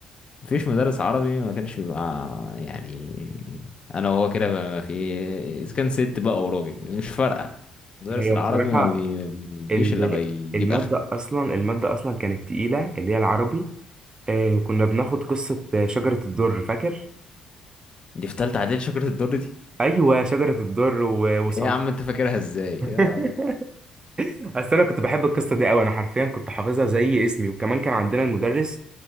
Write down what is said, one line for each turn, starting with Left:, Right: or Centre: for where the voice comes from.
Left: مفيش مدرس عربي ما كانش بيبقى يعني انا وهو كده بقى ما في اذا كان ست بقى وراجل مش فارقه المدرس
Right: هي
Left: العربي
Right: بصراحة
Left: ما بي- ما بيجيش
Right: ال...
Left: الا بيجيب
Right: المادة
Left: اخره
Right: اصلا المادة اصلا كانت تقيلة اللي هي العربي آه كنا بناخد قصة شجرة الضر فاكر
Left: دي في تالتة اعدادي شجرة الدر دي
Right: ايوه شجرة الضر و... وصلاح
Left: ايه يا عم انت فاكرها ازاي يا
Right: <laughs>
Left: الله
Right: بس انا كنت بحب القصه دي قوي انا حرفيا كنت حافظها زي اسمي وكمان كان عندنا المدرس